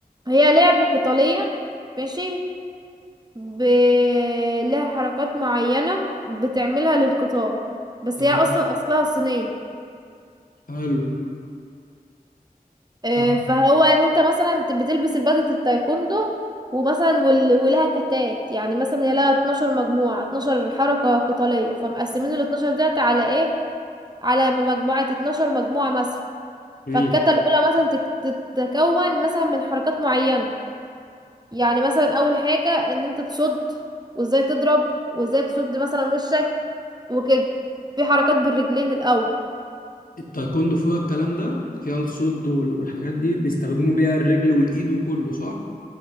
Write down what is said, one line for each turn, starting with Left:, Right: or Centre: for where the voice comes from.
Right: هي لعبة قتالية ماشي ب... لها حركات معينة بتعملها للقتال بس
Left: يعني
Right: هي اصلا اصلها صينية
Left: حلو
Right: إيه
Left: آه،
Right: فهو ان انت مثلا ت- بتلبس البدلة التايكوندو ومثلا وال... ولها كتات يعني مثلا هي لها 12 مجموعة 12 حركة قتالية فمقسمين ال 12 ديت على ايه على مجموعة 12 مجموعة مثلا
Left: امم
Right: فالكتة الأولى مثلا تك- تتكون مثلا من حركات معينة يعني مثلا أول حاجة إن أنت تصد وإزاي تضرب وإزاي تصد مثلا وشك وكده في حركات بالرجلين الأول
Left: التايكوندو فيها الكلام ده فيها الصد وال- والحاجات دي بيستخدموا بيها الرجل والايد وكله صح